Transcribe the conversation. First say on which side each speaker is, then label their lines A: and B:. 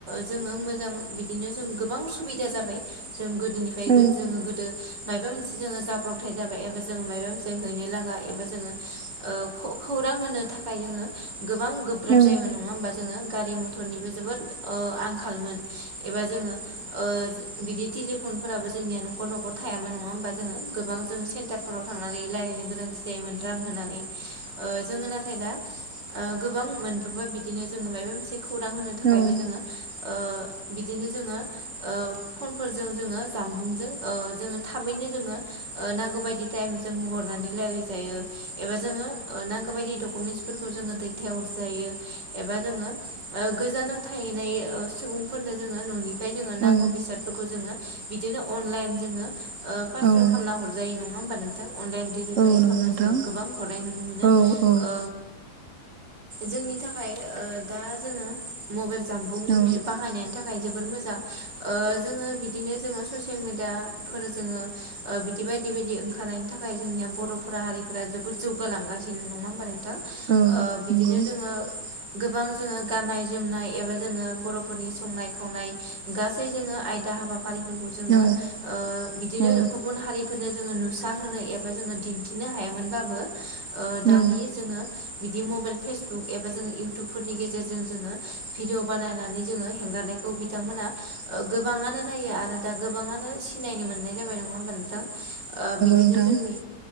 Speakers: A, on the right (about 70°); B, on the right (about 45°).
A: जोङो मोजां बिदिनो जों गोबां सुबिदा जाबाय जों गोदोनिफ्राय
B: औ
A: जोङो गोदो मायाबा मोनसे जोङो जाब्रबथाय जाबाय एबा जोङो माबा मोनसे हैनो लागा एबा जोङो ओ खौरां होनो थाखाय जोङो गोबां गोब्राब
B: औ
A: जायबो नङा होमबा जोङो गारि गथ'निबो जोबोद ओ आंखालमोन एबा जोङो ओ बिदि टेलिफन फोराबो जोंनिया नखर न'खर थायामोन नङा होमबा जोङो गोबां जोङो सेन्टारफोराव थांनानै रायज्लायनो गोनांथि जायोमोन रां होनानै ओ जोङो नाथाय दा ओ गोबां मोनबबा बिदिनो जोङो मायबा मोनसे खौरां होनो थाखायबो
B: औ
A: जोङो ओ बिदिनो जोङो ओ फनफोरजों जोङो जामबुंजों ओ जोङो थाबैनो जोङो ओ नांगौ बाय एनिटायेम जोङो हरनानै लायरायजायो एबा जोङो नांगौबादिओ डकुमेन्टफोर जोङो दैथाय हरजायो एबा जोङो ओ गोजानाव थाहैनाय ओ सुबुंफोरनो जोङो न'निफ्राय जोङो
B: औ
A: नांगौ बेसादफोरखौ जोङो बिदिनो अनलाइन जोङो ओ पारसेल
B: औ
A: खालामना हरजायो नङा होमबा नोंथां अनलाइन डेलिभारि
B: नंगौ
A: खालामनो
B: नोंथां
A: जोङो गोबां हरनाय नुनो मोनो
B: औ औ
A: ओ जोंनि थाखाय ओ दा जोङो मबाइल जामबुं
B: औ
A: बाहायनायनि थाखाय थाखाय जोबोर मोजां ओ जोङो बिदिनो जोङो स मिडिया फोर जोङो बिदि बायदि बायदि ओंखारनायनि थाखाय जोंनिया बर'फोरा हारि जोबोद जौगालांगासिनो नङा होमबा नोंथां
B: औ
A: ओ बिदिनो
B: नंगौ
A: जोङो गोबां जोङो गाननाय जोमनाय एबा जोङो बर'फोरनि संनाय खावनाय गासै जोङो आयदा हाबा हारिफोरखौ जोङो
B: औ
A: ओ बिदिनो
B: औ
A: गुबुन हारि फोरनो जोङो नुसार होनोनो एबा जोङो दिन्थिनो हायामोनबाबो ओ दानि
B: नंगौ
A: जोङो बिदि मबाइल फेसबुक एबा जोङो इउटुबफोरनि गेजेरजों जोङो भिदिव बानायनानै जोङो हेंगारनायखौ बिथांमोना ओ गोबाङानो नायो आरो दा गोबांङानो सिनायनो मोन्नाय जाबाय नङा होमबा नोंथां ओ बिदिनो
B: नोंथां
A: जोंनि